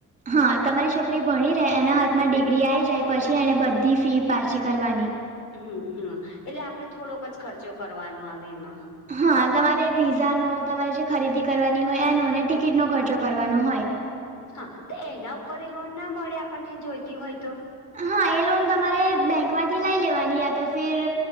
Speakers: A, on the right; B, on the left.
A: હા તમારી છોકરી ભણી રહે એના હાથમાં ડિગ્રી આવી જાય પછી, એને બધી ફી પાછી કરવાની.
B: હમ હમએટલે, આપડે થોડોક જ ખર્ચો કરવાનો આવે એમાં
A: હા, તમારે વિઝાનો, તમારે જે ખરીદી કરવાની હોય, એનો ને ટિકિટનો ખર્ચો કરવાનો હોય
B: હા, તો એના ઉપર લોન ના મળે આપણને જોઈતી હોય તો
A: હા, એ લોન તમારે બેંક માંથી લઈ લેવાની તો ફિર